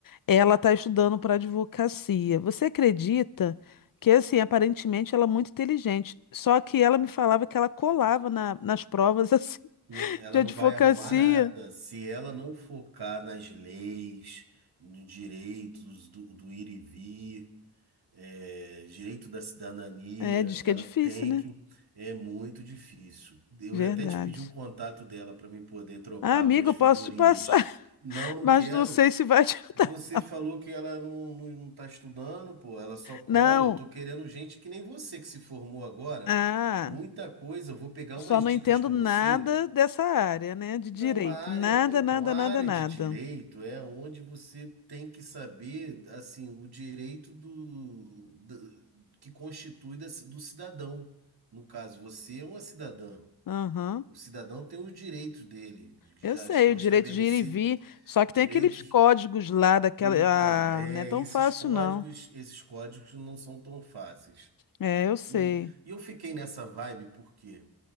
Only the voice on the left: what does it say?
Ela está estudando para advocacia. Você acredita que, assim, aparentemente ela é muito inteligente. Só que ela me falava que ela colava na- nas provas, <laughs> assim,
de advocacia.
É, diz
que é difícil,
né?
Verdade.
Ah, amigo,
eu
posso te passar, <laughs>
mas
não sei se vai te ajudar.
Não.
Ah,
só
não
entendo
nada
dessa área, né, de
direito.
Nada,
nada,
nada,
nada.
Aham.
Eu sei,
o direito
de ir e vir, só que
tem aqueles códigos lá daquela,
ah, não é tão
fácil
não.
É, eu sei.